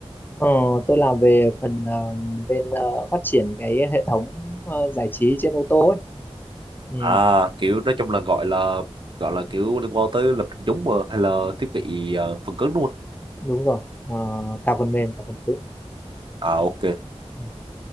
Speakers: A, on the left; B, on the right.
A: ờ, tôi làm về phần ờ, bên ờ, phát triển cái hệ thống ờ, giải trí trên ô tô ấy ừ,
B: À, kiểu nói chung là gọi là gọi là kiểu liên quan tới lập trình giống mà hay là thiết bị ờ, phần cứng đúng không?
A: đúng rồi Ờ, cả phần mềm cả phần cứng
B: À ok.
A: ừ.